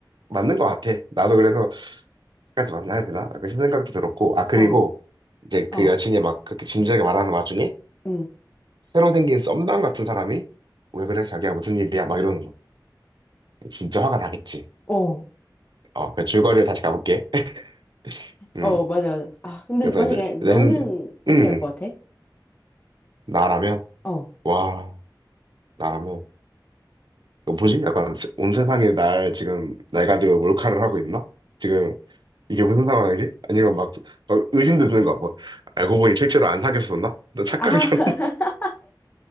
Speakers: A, on the right; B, on the left.
A: 맞는 것 같아. 나도 그래서 까지 만나야 되나? 약간 싶은 생각도 들었고, 아, 그리고
B: 어,
A: 이제 그
B: 어,
A: 여친이 막 그렇게 진지하게 말하는 와중에
B: 응,
A: 새로 생긴 썸남 같은 사람이 왜 그래? 자기야 무슨 일이야? 막 이러는 거. 진짜 화가 나겠지.
B: 어.
A: 어, 그 줄거리로 다시 가볼게. <laughs> 음,
B: 어, 맞아, 맞아. 아, 근데
A: 그래서
B: 만약에
A: 이제
B: 너는
A: 낸,
B: 어떻게
A: 음,
B: 할 것 같아?
A: 나라면
B: 어.
A: 와, 나라면 너 뭐지? 약간 세- 온 세상이 날 지금 날 가지고 몰카를 하고 있나? 지금 이게 무슨 상황이지? 아니면 막, 어, 의심도 드는 거야. 뭐 알고 보니 실제로 안 사귀었었나? 너 착각이었나?
B: 아, <laughs>